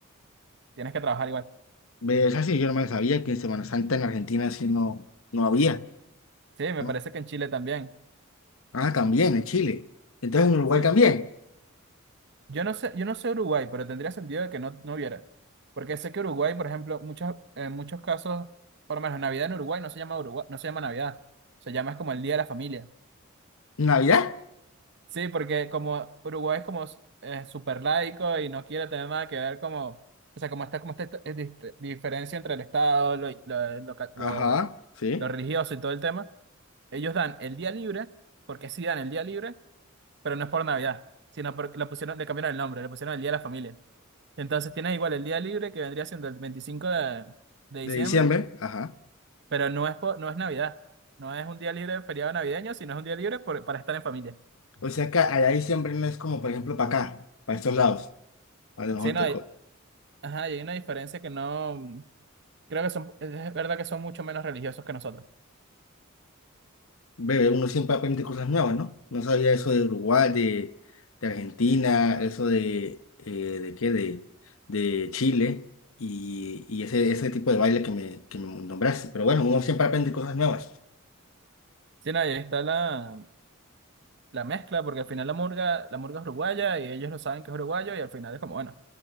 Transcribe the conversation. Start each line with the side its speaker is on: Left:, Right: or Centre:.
Right: tienes que trabajar igual.
Left: Es así, yo no me sabía que en Semana Santa en Argentina sí no, no había.
Right: Sí, me
Left: ¿no?
Right: parece que en Chile también.
Left: Ah, también, en Chile. Entonces en Uruguay
Right: Sí.
Left: también.
Right: Yo no sé, yo no sé Uruguay, pero tendría sentido de que no, no hubiera. Porque sé que Uruguay, por ejemplo, muchos, en muchos casos, por lo menos Navidad en Uruguay no se llama Uruguay, no se llama Navidad. Se llama es como el Día de la Familia.
Left: ¿Navidad?
Right: Sí, porque como Uruguay es como eh, súper laico y no quiere tener nada que ver como, o sea, como está como esta eh, dist- diferencia entre el Estado, lo, lo, lo ca- lo-
Left: Ajá, sí.
Right: lo religioso y todo el tema, ellos dan el día libre, porque sí dan el día libre, pero no es por Navidad, sino porque le pusieron, le cambiaron el nombre, le pusieron el Día de la Familia. Entonces tienes igual el día libre que vendría siendo el 25 de, de
Left: De
Right: diciembre,
Left: diciembre, ajá.
Right: pero no es, po- no es Navidad. No es un día libre de feriado navideño, sino es un día libre por- para estar en familia.
Left: O sea que allá diciembre no es como, por ejemplo, para acá, para estos lados. A lo mejor
Right: Sí, no,
Left: te
Right: hay,
Left: co-
Right: ajá, y hay una diferencia que no... mm, Creo que son, es verdad que son mucho menos religiosos que nosotros.
Left: bebé, uno siempre aprende cosas nuevas, ¿no? No sabía eso de Uruguay, de, de Argentina, eso de, eh, ¿de qué? De, de Chile y, y ese, ese tipo de baile que me, que me nombraste. Pero bueno, uno siempre aprende cosas nuevas.
Right: Sí, no, y ahí está la, la mezcla, porque al final la murga, la murga es uruguaya y ellos lo saben que es uruguayo y al final es como, bueno,